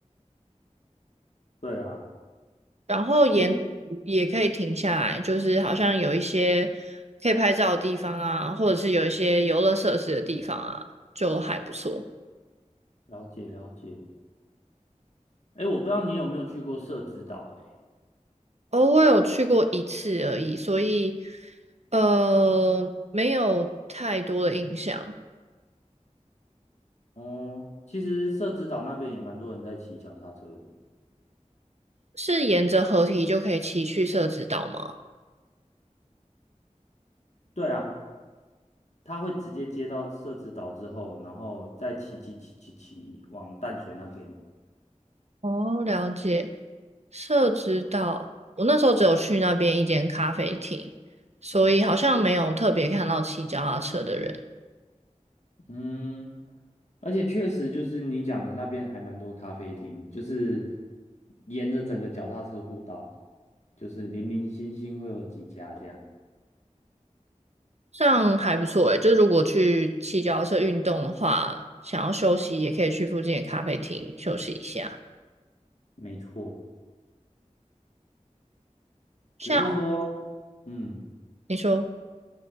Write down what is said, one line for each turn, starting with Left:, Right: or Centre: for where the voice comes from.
Left: 对啊，
Right: 然后沿途也可以停下来，
Left: 诶，
Right: 就是好像有一些可以拍照的地方啊，或者是有一些游乐设施的地方啊，就还不错。
Left: 了解了解。诶，我不知道你有没有去过社子岛，诶，
Right: 哦，我有去过一次而已，所以呃没有太多的印象。
Left: 哦，其实社子岛那边也蛮多人在骑脚踏车的。
Right: 是沿着河堤就可以骑去社子岛吗？
Left: 对啊，他会直接接到社子岛之后，然后再骑骑骑骑骑往淡水那边。
Right: 哦，了解。社子岛，我那时候只有去那边一间咖啡厅，所以好像没有特别看到骑脚踏车的人。
Left: 嗯，而且确实就是你讲的那边还蛮多咖啡厅，就是沿着整个脚踏车步道，就是零零星星会有几家这样，
Right: 这样还不错诶，就是如果去骑脚踏车运动的话，想要休息也可以去附近的咖啡厅休息一下。
Left: 没错。
Right: 像
Left: 只是说，嗯，
Right: 你说，